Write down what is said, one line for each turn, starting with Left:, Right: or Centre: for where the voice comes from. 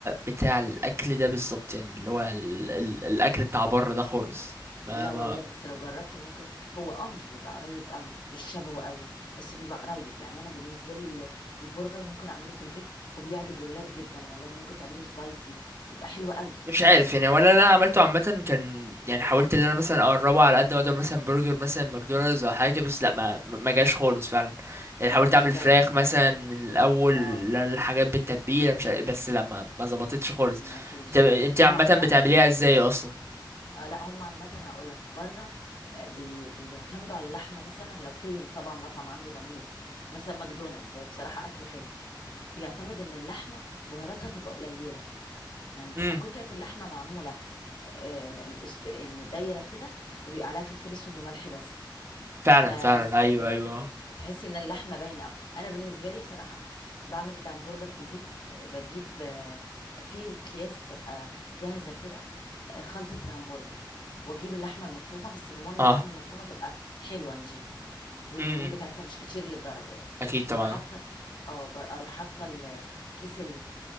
Right: بتاع الاكل ده بالظبط يعني اللي هو ال ال الاكل بتاع بره ده خالص ما
Left: لا
Right: ما
Left: والله بس لو جربت ممكن هو اه مش بيبقى قريب قوي مش شبهه قوي بس بيبقى قريب يعني انا بالنسبه لي ال- البرجر ممكن اعمله في البيت وبيعجب الولاد جدا والله ممكن تعمله سبايسي بيبقى حلو قوي
Right: مش عارف يعني ولا انا عملته عامه كان يعني حاولت ان انا مثلا اقربه على قد ما اقدر مثلا برجر مثلا ماكدونالدز او حاجه كده، بس لا ما ما جاش خالص فعلا يعني حاولت
Left: مش
Right: اعمل
Left: زيه
Right: فراخ مثلا من الاول
Left: اه
Right: الحاجات بالتتبيله مش عارف بس لا ما ما ظبطتش خالص
Left: ما فيش
Right: انت انت
Left: هم
Right: عامه
Left: عامه
Right: بتعمليها ازاي اصلا
Left: آه لا هم عامه هقول لك بره بي بيعتمدوا على اللحمه مثلا لو في طبعا مطعم عنده ضمير مثلا ماكدونالدز هو بصراحه اكله حلو بيعتمد ان اللحمه بهاراتها تبقى قليله يعني تبقى
Right: امم
Left: قطعه اللحمه معموله آه، م- است- يعني متدايره كده وبيبقى عليها فلفل اسود وملح بس
Right: فعلا
Left: فبس
Right: فعلا ايوه
Left: بس
Right: ايوه
Left: تحس ان اللحمه باينه أوي. انا بالنسبه لي بصراحه بعمل الهمبرجر في البيت آه، بجيب آه، في اكياس بتبقى جاهزه كده آه، خلطه الهمبرجر واجيب اللحمه المفرومه بس المهم
Right: اه
Left: اللحمه المفرومه تبقى حلوه نظيفه والدهون
Right: امم
Left: بتاعتها مش كتير للدرجه يعني
Right: اكيد
Left: واروح
Right: طبعا
Left: حاطه
Right: اه
Left: اه بر- اروح حاطه ال- آه، كيس